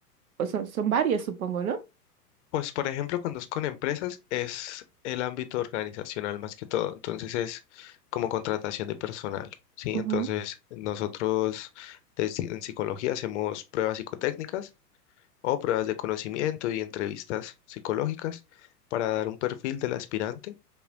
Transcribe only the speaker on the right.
o son, son varias, supongo, ¿no?
Ujú,